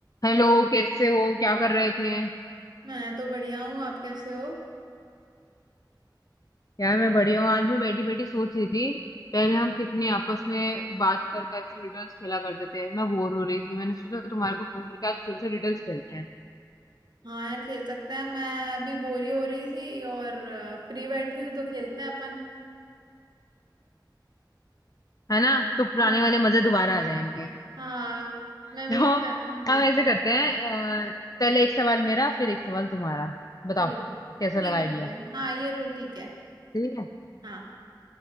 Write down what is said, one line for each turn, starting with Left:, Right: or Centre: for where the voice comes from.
Left: Hello कैसे हो क्या कर रहे थे
Right: मैं तो बढ़िया हूँ आप कैसे हो
Left: यार मैं बढ़िया हूँ आज मैं बैठी बैठी सोच रही थी पहले हम कितने आपस में बात कर कर रिडल्स खेला करते थे मैं बोर हो रही थी मैंने सोचा तुम्हारे को फोन करके आज फिर से रिडल्स खेलते हैं
Right: हाँ यार खेल सकते हैं मैं अभी बोरी हो रही थी और फ्री बैठी हूँ तो खेलते हैं अपन
Left: है ना तो पुराने
Right: हाँ
Left: वाले मजे दोबारा आ जाएंगे
Right: हाँ मेमोरीज
Left: <laughs> तो
Right: जाएंगे
Left: हम ऐसे करते हैं अ, पहले एक सवाल मेरा फिर एक सवाल तुम्हारा बताओ
Right: ठीक
Left: कैसा
Right: ठीक
Left: लगा
Right: है
Left: आइडिया
Right: ठीक है हाँ ये रूल ठीक है
Left: ठीक है
Right: हाँ